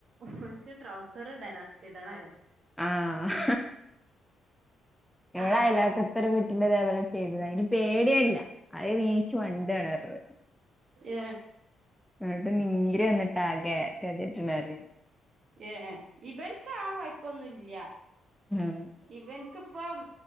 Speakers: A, on the right; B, in the centre.
A: ഹോൻക്ക് ട്രൗസർ ഇടന ഇടണേലോ.
B: ആഹ് ഇവടെ
A: ആഹ്
B: അയലോക്കത്
A: ആഹ്
B: ഒരുകൂട്ടിന്റെതെപോ ത ചെയ്യ്ത്ണ് അയ്ന് പേടിയെല്ല അഹ് ന്നീച്ച് മണ്ടാണർഞ്
A: ഏഹ്
B: ന്നട്ട് നീര് വന്നിട്ടാകെ കെതിയെട്ട്ണ്അറിണ്ട്.
A: ഏഹ് ഇബെൻക്കാ കൊയ്പ്പൊന്നുല്ല
B: ഉം
A: ഇവൻക്ക് പ്പം